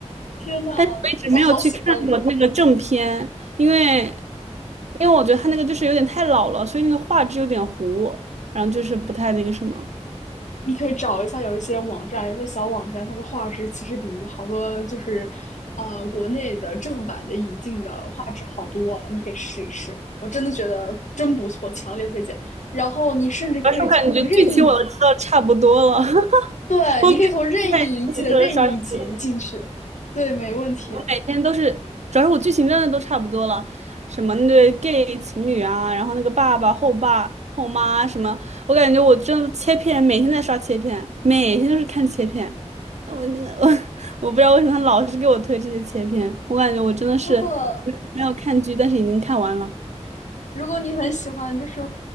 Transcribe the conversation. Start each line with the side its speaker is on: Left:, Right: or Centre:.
Left: 天呐，
Right: 但是我一直没有去看过那个正片，
Left: 我好喜欢，
Right: 因为因为我觉得他那个就是有点太老了，所以那个画质有点糊，然后就是不太那个什么。
Left: 你可以找一下，有一些网站，有一些小网站，它的画质其实比好多就是，呃，国内的正版的引进的画质好多了。你可以试一试，我真的觉得真不错，强烈推荐。然后你甚至可以从任意，
Right: 主要是我感觉剧情我都知道差不多了，<laughs>
Left: 对，
Right: 我每天在就是刷视频。
Left: 你可以从任意一季的任意一集进去，对，没问题。
Right: 每天都是，主要是我剧情真的都差不多了，什么那对 gay 情侣啊，然后那个爸爸、后爸、后妈什么，我感觉我真的切片，每天在刷切片，每天都是看切片。那我那个 <laughs> 我我不知道为什么他老是给我推这些切片，我感觉我真的是
Left: 如果
Right: 没有看剧，但是已经看完了。
Left: 如果你很喜欢就是